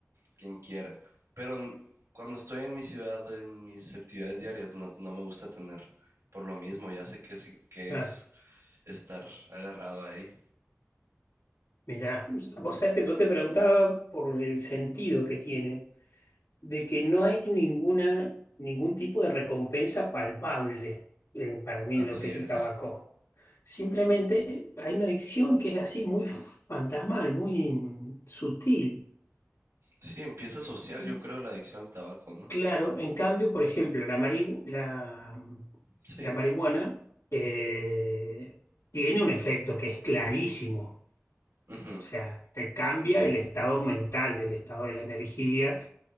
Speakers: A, on the right (about 85°); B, on the left (about 80°).
A: quien quiera. Pero n- cuando estoy en mi ciudad, en mis actividades diarias, no, no me gusta tener, por lo mismo, ya sé que sí- que
B: Ah,
A: es estar agarrado ahí.
B: mirá, vos sabés que yo te preguntaba por el sentido que tiene, de que no hay ninguna, ningún tipo de recompensa palpable eh, para mí
A: Así
B: en lo que es
A: es.
B: el tabaco. Simplemente hay una adicción que es así, muy fantasmal, muy mm, sutil.
A: Sí, empieza social,
B: Y
A: yo creo, la adicción al tabaco, ¿no?
B: claro, en cambio, por ejemplo, la, mari- la,
A: Sí.
B: la marihuana eh, tiene un efecto que es clarísimo
A: ujú.
B: O sea, te cambia el estado mental, el estado de la energía,